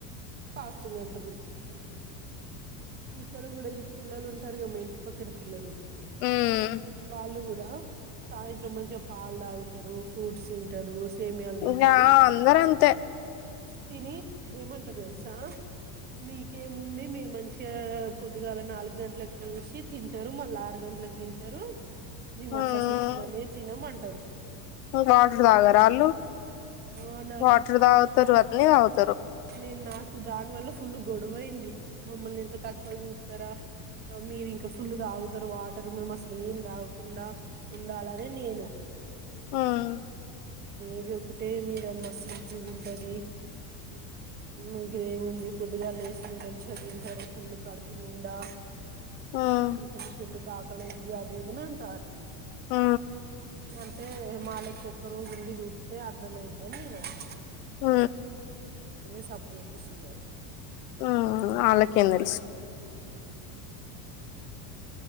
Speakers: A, on the right; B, on the left.
A: ఫాస్టింగ్ అంటారు ఇక్కడ కూడా ఈ పిల్లలు ఉంటారు క మా ఇంటి పక్కన పిల్లలు
B: మ్మ్
A: వాళ్ళు గుడా సాయ్ మంచిగా పాలు తాగుతారు ఫ్రూట్స్ తింటారు సేమియాలు తింటారు
B: ఇంకా అందర అంతే
A: తిని ఏమంటారు తెలుసా మీకేముంది మీరు మంచిగా పొద్దుగాల నాలుగు గంటలలకు వేసి తింటారు మళ్ళా ఆరు గంటలకు తింటారు నిన్ను
B: మ్మ్
A: అట్లాసుత్తినానే అమ్మంటారు
B: <unintelligible> ఆళ్ళు
A: ఆ నాకు
B: వాటర్ తాగుతారు <unintelligible>
A: నేను నాకు దాని వల్ల ఫుల్ గొడవైంది మమ్మల్ని ఎంత తక్కువ చూతారా మీరు ఇంకా ఫుల్లు తాగుతారు వాటర్ మేము అసలు ఏం తాగకుండా ఉండాలనే నేను
B: మ్మ్
A: ఇది ఒకటే మీరు అంత మస్తు ఇజ ఉంటది మీకుదేముంది పొద్దుగా లేచ మీరు మంచిగా తింటారు పుల్ళు కడుపు నిండా
B: మ్మ్
A: ఇక నీకెందుకు <unintelligible> అది ఇది అని ఉంటారు
B: ఆ
A: అంతే మాాలక్ ఒక్కజస్ట్రు ఉంది అర్ధమైయిద్దేను నను
B: ఆ
A: ఏ సప్పుడేగుసున్నరు
B: ఆ ఆలకెందెలుసు
A: ఉమ్ హు